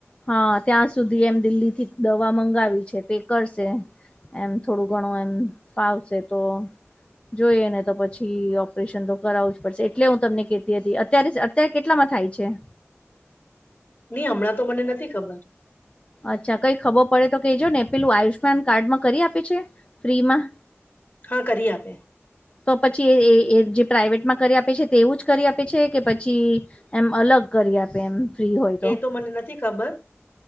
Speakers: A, on the left (about 25°); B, on the left (about 45°).
A: હા, ત્યાં સુધી એમ દિલ્હીથી દવા મંગાવી છે, તે કરશે. એમ થોડું ઘણું એમ ફાવશે તો. જોઈએ ને, તો પછી ઓપરેશન તો કરાવવું જ પડશે. એટલે હું તમને કેતી હતી, અત્યારે અત્યારે કેટલામાં થાય છે..
B: નહીં હમણાં તો મને નથી ખબર.
A: અચ્છા, કંઈ ખબર પડે તો કહેજો ને. પેલું આયુષ્યમાન કાર્ડમાં કરી આપે છે. ફી માં.
B: હા, કરી આપે.
A: તો પછી એ એ જે પ્રાાઈવેટમાં કરી આપે છે, તે એવું જ કરી આપે છે કે પછી? એમ અલગ કરી આપે. એમ ફ્રી હોય
B: એ તો મને નથી ખબર.